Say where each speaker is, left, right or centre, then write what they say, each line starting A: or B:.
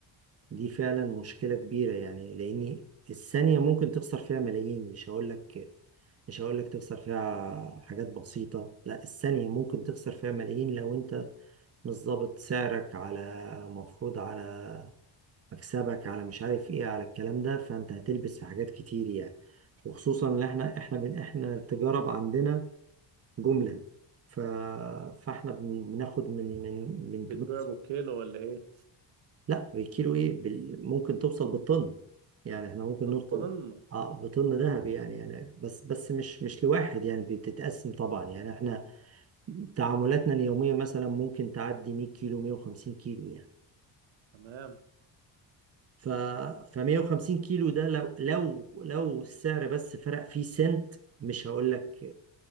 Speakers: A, on the right; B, on the right.
A: دي فعلا مشكلة كبيرة يعني لأن الثانية ممكن تخسر فيها ملايين مش هقول لك مش هقول لك تخسر فيها حاجات بسيطة لا الثانية ممكن تخسر فيها ملايين لو أنت مش ظابط سعرك على مفروض على مكسبك على مش عارف إيه على الكلام ده فأنت هتلبس في حاجات كتير يعني وخصوصا إن إحنا إحنا بن إحنا التجارة عندنا جملة ف... فإحنا بن- بناخد من من من
B: بتبيع
A: بنوك
B: بالكيلو ولا ايه
A: لا بالكيلو ايه بال... ممكن توصل بالطن يعني احنا ممكن
B: بالطن
A: نوصل اه بطن دهب يعني يعني بس بس مش مش لواحد يعني بتتقسم طبعا يعني احنا تعاملاتنا اليومية مثلا ممكن تعدي 100 كيلو 150 كيلو يعني
B: تمام
A: ف ف 150 كيلو ده لو لو لو السعر بس فرق فيه سنت مش هقول لك